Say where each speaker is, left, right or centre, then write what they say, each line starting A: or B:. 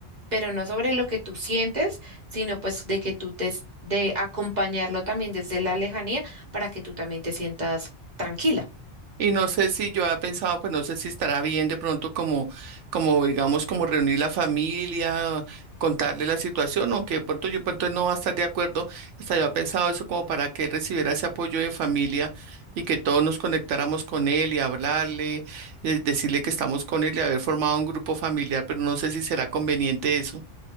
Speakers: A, on the right; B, on the right.
A: pero no sobre lo que tú sientes, sino pues de que tú te, de acompañarlo también desde la lejanía para que tú también te sientas tranquila.
B: Y no sé si yo había pensado, pues no sé si estará bien de pronto como, como digamos, como reunir la familia, contarle la situación, aunque de pronto yo de pronto no va a estar de acuerdo. Hasta yo había pensado eso como para que él recibiera ese apoyo de familia y que todos nos conectáramos con él y hablarle, eh, decirle que estamos con él y haber formado un grupo familiar, pero no sé si será conveniente eso.